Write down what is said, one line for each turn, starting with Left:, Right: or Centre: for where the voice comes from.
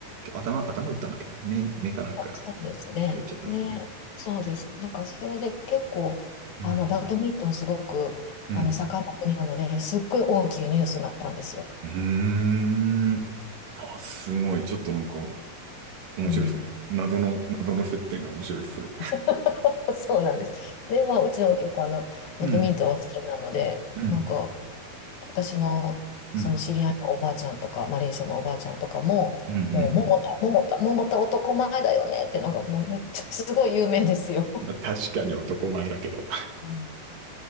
Right: 頭、頭打ったんだっけな。目、目かなんか、
Left: あそうですね。
Right: やっちゃったんですね。
Left: ね、そうです。なんか、それで結構、
Right: うん。
Left: あの、バドミントンすごく、
Right: うん。
Left: あの、盛んな国なので、すっごい大きいニュースになったんですよ。
Right: うん。うーん。あ、すごい。ちょっとなんか、面白いですね。
Left: うん。
Right: 謎の、謎の接点が面白いです、それ。
Left: <laughs> そうなんです。で、まあ、うちも結構、あの、バドミントンは好きなので、
Right: うん。うん。
Left: なんか、私のその知り合いのおばあちゃんとか、
Right: うん。
Left: マレーシアのおばあちゃんとかも、
Right: うん。うん
Left: もう、桃田、桃田、桃田男前だよねって、なんかもうめっちゃすごい有名ですよ。
Right: まあ確かに男前だけど。
Left: うん